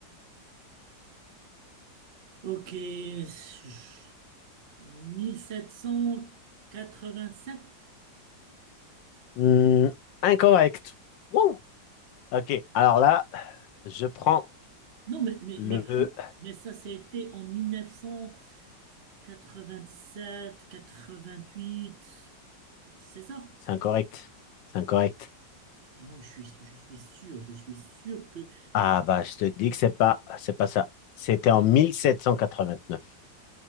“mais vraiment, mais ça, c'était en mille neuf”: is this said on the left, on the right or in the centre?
Right